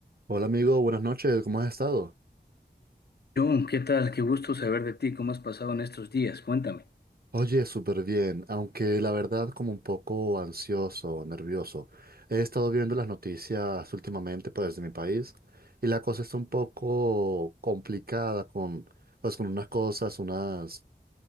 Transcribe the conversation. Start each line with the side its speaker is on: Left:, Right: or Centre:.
Right: Hola amigo, buenas noches, ¿cómo has estado?
Left: John, ¿qué tal? Qué gusto saber de ti. ¿Cómo has pasado en estos días? Cuéntame.
Right: Oye, súper bien, aunque la verdad como un poco ansioso, nervioso. He estado viendo las noticias últimamente pues de mi país y la cosa está un poco complicada con pues con unas cosas, unas